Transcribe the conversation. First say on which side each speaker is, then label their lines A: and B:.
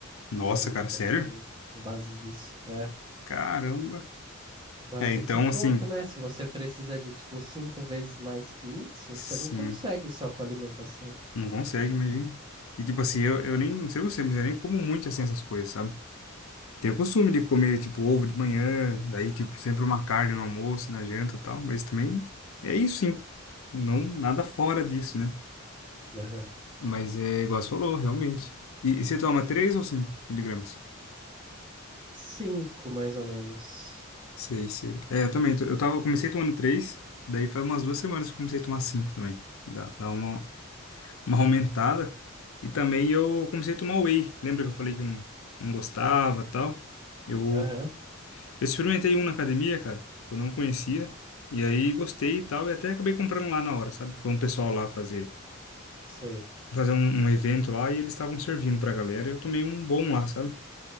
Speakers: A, on the left; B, on the right.
A: Nossa,
B: uma alimentação
A: cara, sério?
B: com base disso. É.
A: Caramba.
B: Então
A: É,
B: é muito
A: então
B: pouco,
A: assim,
B: né? Se você precisa de, tipo, cinco vezes mais que isso,
A: sim,
B: você não consegue só com alimentação.
A: não consegue, imagina. E tipo assim, eu, eu nem, não sei você, mas eu nem como muito assim essas coisas, sabe? Tenho o costume de comer, tipo, ovo de manhã, daí, tipo, sempre uma carne no almoço, na janta e tal, mas também é isso, sim. Não, nada fora disso, né?
B: Aham.
A: Mas é igual você falou, realmente. E, e você toma 3 ou 5 miligramas?
B: Cinco, mais ou menos.
A: Sei, sei. É, eu também. tô- Eu tava, eu comecei tomando 3 daí faz umas duas semanas que eu comecei a tomar 5 também. Dá, dá uma, uma aumentada. E também eu comecei a tomar whey. Lembra que eu falei que eu não, não gostava e tal? Eu,
B: Aham,
A: eu experimentei um na academia, cara, que eu não conhecia. E aí gostei e tal, e até acabei comprando lá na hora, sabe? Foi um pessoal lá fazer,
B: sei.
A: fazer um, um evento lá e eles estavam servindo pra galera. Eu tomei um bom lá, sabe?